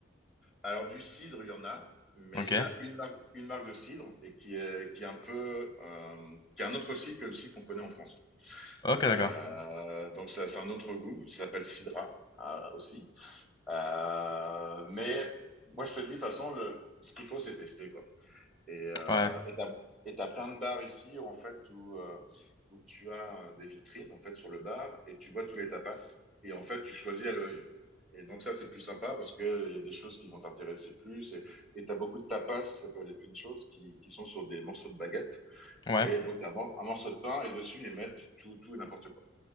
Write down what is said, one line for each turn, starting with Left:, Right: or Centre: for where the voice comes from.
Centre: Alors, du cidre, il y en a, mais
Left: Ok?
Centre: il y a une marque, une marque de cidre et qui est, qui est un peu, euh, qui est un autre cidre que le cidre qu'on connaît en France.
Left: Ok,
Centre: Euh,
Left: d'accord.
Centre: donc, ça, c'est un autre goût, ça s'appelle Cidra euh, aussi. Euh, mais moi, je te dis, de toute façon, le, ce qu'il faut, c'est tester, quoi. Et euh,
Left: Ouais,
Centre: et t'as, et t'as plein de bars ici où, en fait, où, euh, où tu as euh, des vitrines, en fait, sur le bar et tu vois tous les tapas. Et en fait, tu choisis à l'œil. Et donc, ça, c'est plus sympa parce que il y a des choses qui vont t'intéresser plus. Et, et t'as beaucoup de tapas qui s'appellent les pinchos qui, qui sont sur des morceaux de baguette.
Left: ouais.
Centre: Et donc, t'as un, mor- un morceau de pain et dessus, ils mettent tout, tout et n'importe quoi.